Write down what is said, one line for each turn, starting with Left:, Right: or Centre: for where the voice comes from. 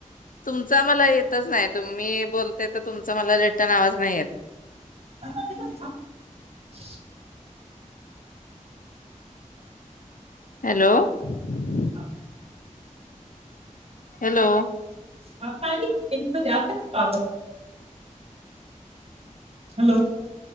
Left: तुमचा मला येतच नाही, तुम्ही बोलते तर तुमचा मला रिटर्न आवाज नाही येत.
Right: आता
Left: <inaudible>
Right: येतोय का? <inaudible>
Left: हॅलो. <inaudible>
Right: <inaudible>
Left: हॅलो.
Right: <unintelligible> हॅलो.